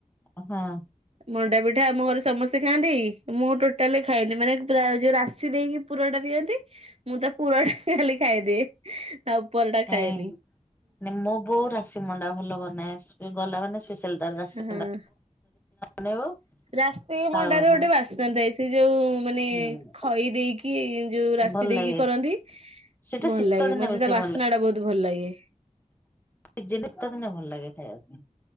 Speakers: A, on the left (about 15°); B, on the right (about 50°).
A: ହଁ।
B: ମଣ୍ଡା ପିଠା ଆମ ଘରେ ସମସ୍ତେ ଖାଆନ୍ତି। ମୁଁ ଟୋଟାଲେ ଖାଏନି ମାନେ ପୁରା ଯୋଉ ରାଶି ଦେଇକି ପୁରଟା ଦିଅନ୍ତି। ମୁଁ ତା ପୁରଟା ଖାଲି ଖାଇଦିଏ। ତା ଉପରଟା ଖାଏନି।
A: ହେଁ, ମାନେ ମୋ ବୋଉ ରାଶି ମଣ୍ଡା ଭଲ ବନାଏ। ସେ, ଗଲା ମାନେ ସ୍ପେଶାଲ ତାର ରାଶି
B: ହୁଁ, ହୁଁ।
A: ମଣ୍ଡା। ବନେଇବ
B: ରାଶି
A: ଖାଉ
B: ମଣ୍ଡାରେ
A: ଆମେ
B: ଗୋଟେ ବାସ୍ନା ଥାଏ। ସେ ଯୋଉ ମାନେ
A: ହୁଁ
B: ଖଇ ଦେଇକି, ଯୋଉ ରାଶି
A: ଭଲ
B: ଦେଇକି,
A: ଲାଗେ।
B: କରନ୍ତି।
A: ସେଇଟା
B: ଭଲ
A: ଶୀତ
B: ଲାଗେ।
A: ଦିନେ
B: ମତେ
A: ବେଶୀ
B: ତା ବାସ୍ନା
A: ଭଲ
B: ଟା ବହୁତ ଭଲ ଲାଗେ।
A: ନିଜେ ନିତ ଦିନେ, ଭଲ ଲାଗେ ଖାଇବା ପାଇଁ।